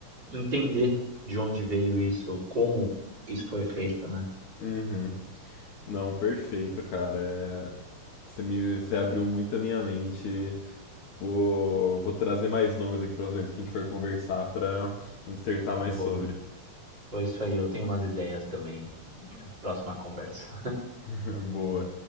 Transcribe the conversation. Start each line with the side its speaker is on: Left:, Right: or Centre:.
Right: entender de onde veio isso, como isso foi feito, né.
Left: Uhum. Não, perfeito, cara. É, Você me você abriu muito a minha mente Vou, vou trazer mais nomes aqui para vocês que a gente for conversar para insertar
Right: Boa.
Left: mais sobre.
Right: Foi isso aí, eu tenho umas ideias também. Próxima conversa.
Left: <laughs> Boa.